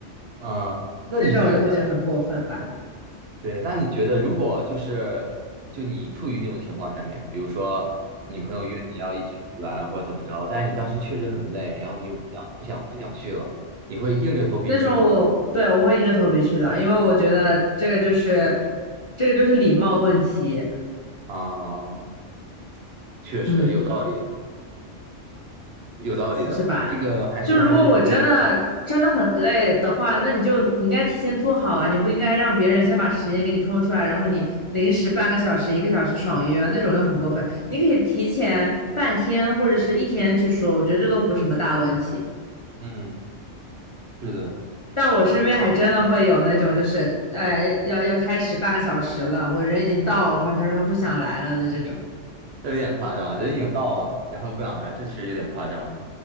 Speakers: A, on the right (about 60°); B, on the left (about 30°).
A: 啊，那你觉得，
B: 那种我都会觉得很过分吧。
A: 对，那你觉得，如果就是就你处于那种情况下面，比如说你朋友约你要一起出去玩或者怎么着，但是你当时确实很累，然后你又不想不想不想去了，你会硬着头皮去吗？
B: 那种我对我会硬着头皮去的，因为我觉得这个就是这个就是礼貌问题，
A: 啊，确实有道理，
B: 嗯，
A: 有道理的，
B: 是吧？
A: 这个还是还是得，
B: 就如果我真的真的很累的话，那你就你应该提前做好啊，你不应该让别人先把时间给你空出来，然后你临时半个小时、一个小时爽约啊，那种就很过分。你可以提前半天或者是一天去说，我觉得这都不是什么大问题。
A: 嗯，是的，
B: 但我身边还真的会有那种，
A: 有道理。
B: 就是哎呀，要要开始半个小时了，我人已经到了，或者他说他不想来了的这种。
A: 这有点夸张，人已经到了，然后不想来，这其实有点夸张了。